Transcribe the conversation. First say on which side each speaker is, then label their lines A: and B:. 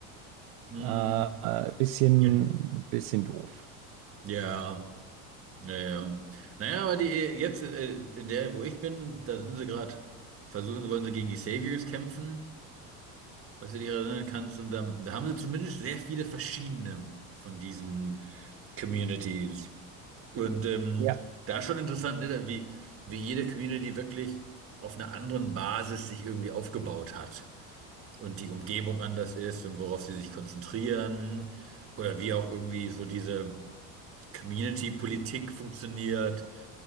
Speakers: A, on the right; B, on the right.
A: mm,
B: Äh, äh, bisschen,
A: ja,
B: bisschen doof.
A: ja, ja. ja. Naja, aber die jetzt, äh, in der, wo ich bin, da sind sie gerade, versuchen, wollen sie gegen die Saviors kämpfen, was du dich erinnern kannst. Und da, da haben sie zumindest sehr viele verschiedene von diesen Communities. Und ähm,
B: Ja,
A: da schon interessant, ne, da wie, wie jede Community wirklich auf einer anderen Basis sich irgendwie aufgebaut hat. und die Umgebung anders ist und worauf sie sich konzentrieren oder wie auch irgendwie so diese Community-Politik funktioniert,